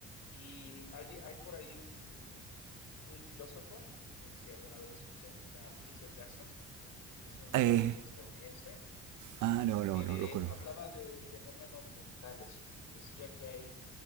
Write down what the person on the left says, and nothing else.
Y hay, hay por ahí un, un filósofo, no sé si alguna vez lo escuchaste, que se llama Peter Jackson, es un filósofo
estadounidense,
que
hablaba de fenómenos mentales y decía que hay